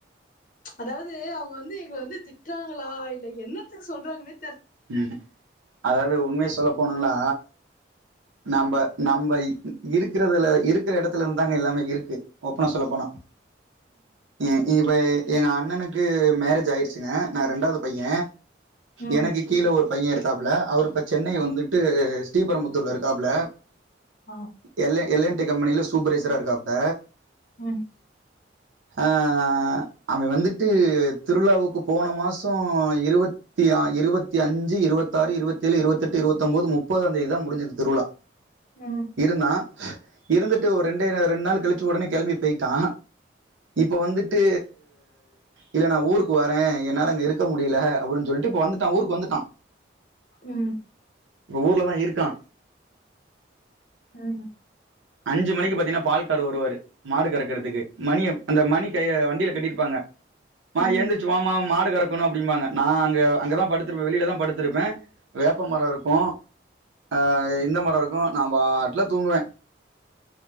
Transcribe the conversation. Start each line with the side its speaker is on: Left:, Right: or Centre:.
Left: அதாவது அவுங்க வந்து எங்கள வந்து திட்றாங்களா இல்ல என்னத்த சொல்றாங்கனே
Right: ம் அதாவது உண்மைய சொல்லப் போணுங்களா நம்ப நம்ப இ இருக்கறதுல இருக்கற எடத்துல வந்தாங்க எல்லாமே இருக்கு ஓப்பனா சொல்ல போனா ம் இவஐ எங்க அண்ணனுக்கு மேரேஜ் ஆயிடுச்சுங்க நா ரெண்டாவது பைய
Left: ம்
Right: எனக்கு ஒரு பைய இருக்காப்ல அவருப்ப சென்னை வந்துட்டு ஸ்ரீபரமுத்தூர்ல இருக்காப்ல
Left: ஆ
Right: எல்ல எல்லன் அத கம்பெனியல சூப்பரைசரா இருக்காப்ல
Left: ம்
Right: ஆ அவ வந்துட்டு திருவிழாவுக்கு போன மாச இருவத்தி ஆ இருவத் த்தி அஞ்சு இருவத்தாறு இருவத் ஏழு இருவத் எட்டு இருவத் ஒம்பது முப்பதாம் தேதி தா முடிஞ்சது திருவிழா
Left: ம்
Right: இருண்ணா இருந்துட்டு. ஒரு ரெண்டே நா ரெண்டு நாள் கழிச்ச உடனே கெளம்பி போயிட்டா இப்ப வந்துட்டு இல்ல நா ஊருக்கு வரே என்னால அங்க இருக்க முடியல அப்டின் சொல்ட்டு இப்ப வந்துட்ட ஊ வந்துட்டா
Left: ம்
Right: ஊர்லதா இருக்கா
Left: ம்
Right: அஞ்சு மணிக்கு பாத்தீங்கன்னா பால் காரர் வருவாரு மாடு கறக்கறதுக்கு மணிய ப் அந்த மணி கய வண்டில கட்டிருப்பாங்க ம்மா
Left: ம்
Right: ஏந்திரிச்சுவாம்மா மாட் இருக்கனு அப்டின்பங்க நா அங்க அங்கதா படுத்துருப்பே வெளியல தா படுத்துருப்பே வேப்பமர இருக்கோ ஆ இந்த மர இருக்கோ நா பாட்ல தூங்குவே